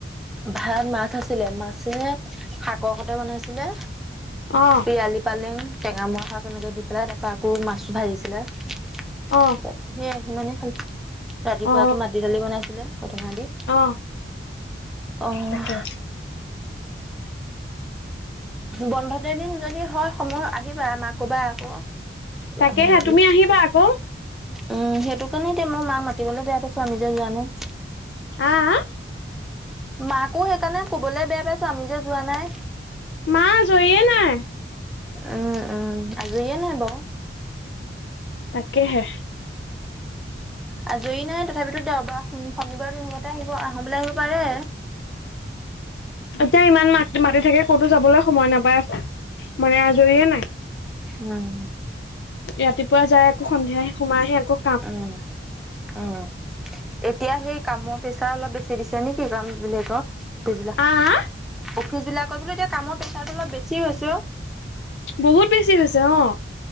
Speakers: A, in the centre; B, on the left.
A: ভাত মাছ আছিলে, মাছে শাকৰ সতে বনাইছিলে,
B: অ
A: পিয়ালি পালেং টেঙামৰ শাক এনেকে দি পেলাই তাৰপৰা আকৌ মাছটো ভাজিছিলে। সেয়াই
B: অ
A: সিমানে খাইছো, ৰাতিপুৱা
B: অ
A: আকৌ মাটি দালি বনাইছিলে ঔটেঙা দি।
B: অ
A: অঁহ।
B: তাকে
A: বন্ধ কেইদিন যদি হয় সময় আহিবা মাক কবা আক
B: তাকেহে
A: আহিম বুলি।
B: তুমি আহিবা আকৌ।
A: অঁ সেইটো কাৰণে এতিয়া মই মাক মাতিবলে বেয়া পাইছো আমি যে যোৱা নাই।
B: আ আ
A: মাকো সেইকাৰণে ক'বলৈ বেয়া পাইছো আমি যে যোৱা নাই
B: মা আজয়িয়ে নাই
A: উম উম আজৰিয়ে নাই বাৱ
B: তাকেহে
A: আজৰি নাই তথাপিতো দেওবাৰ শনিবাৰ তেনেকুৱাতে আহিব আহো বুলিলে আহিব পাৰে
B: এতিয়া ইমান মা মাতি থাকে ক'তো যাবলৈ সময় নাপায় মানে আজৰিয়ে নাই
A: উম
B: ৰাতিপুৱা যাই আকৌ সন্ধিয়াহে সোমাই হে আক
A: উম উম এতিয়া সেই কামৰ প্ৰেচাৰ অলপ বেছি দিছে নেকি কাম বিলগত অফিচবেলা অফিচ
B: আহ
A: বিলাকত বোলো এতিয়া কামৰ প্ৰেচাৰটো অলপ বেছি হৈছে অ
B: বহুত বেছি হৈছে অহ